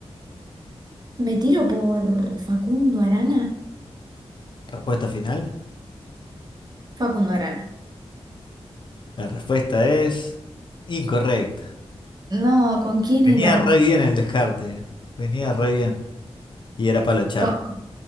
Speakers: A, on the right; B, on the left.
A: ¿me tiro por Facundo Arana?
B: Respuesta final.
A: Facundo Arana.
B: La respuesta es incorrecta.
A: No, ¿con quién
B: Venía
A: era?
B: re bien el descarte. Venía re bien. Y era Pablo Echar.
A: Co-